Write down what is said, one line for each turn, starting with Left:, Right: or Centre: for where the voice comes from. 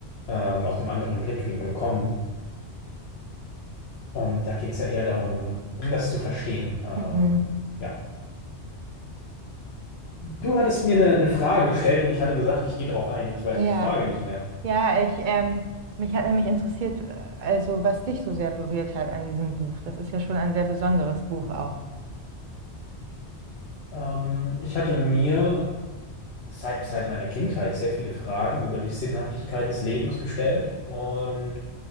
Left: ähm, aus einem anderen Blickwinkel kommen. Und da geht es ja eher darum, um, um das zu verstehen. Ähm,
Right: Mhm.
Left: ja. Du hattest mir eine, eine Frage gestellt und ich hatte gesagt, ich gehe darauf ein. Jetzt weiß
Right: Ja.
Left: ich die Frage nicht mehr.
Right: Ja, ich, ähm, mich hat nämlich interessiert, äh, also was dich so sehr berührt hat an diesem Buch. Das ist ja schon ein sehr besonderes Buch auch.
Left: Ähm, ich hatte mir seit, seit meiner Kindheit sehr viele Fragen über die Sinnhaftigkeit des Lebens gestellt und